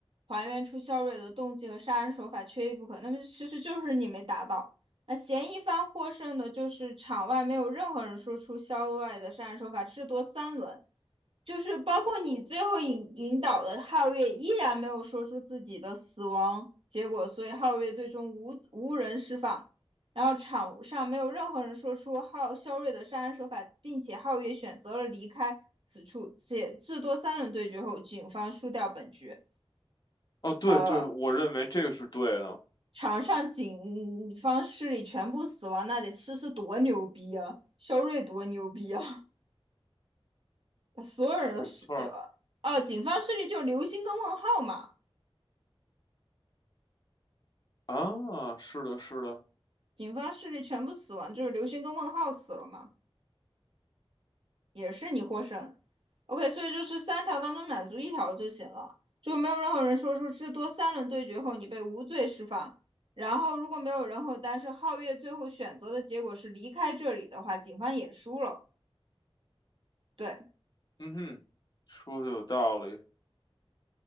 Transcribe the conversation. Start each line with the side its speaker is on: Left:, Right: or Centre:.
Right: 还原出肖瑞的动机和杀人手法缺一不可，那么其实就是你没达到。那嫌疑方获胜的就是场外没有任何人说出肖瑞的杀人手法，至多三轮。就是包括你最后引引导的皓月依然没有说出自己的死亡结果，所以皓月最终无无人释放。然后场上没有任何人说出皓肖瑞的杀人手法，并且皓月选择了离开此处。且至多三轮对决后，警方输掉本局。
Left: 哦，对对，
Right: 呃，
Left: 我认为这个是对的，
Right: 场上警方势力全部死亡，那得是是多牛逼啊！肖瑞多牛逼啊！<laughs> 所有人都死掉了。
Left: 没错儿
Right: 哦，呃警方势力就是流星跟问号嘛。
Left: 啊，是的，是的，
Right: 警方势力全部死亡，就是流星跟问号死了嘛，也是你获胜。OK，所以就是三条当中满足一条就行了，就没有任何人说出至多三轮对决后你被无罪释放。然后如果没有人后，但是皓月最后选择的结果是离开这里的话，警方也输了。对，
Left: 嗯哼，说的有道理。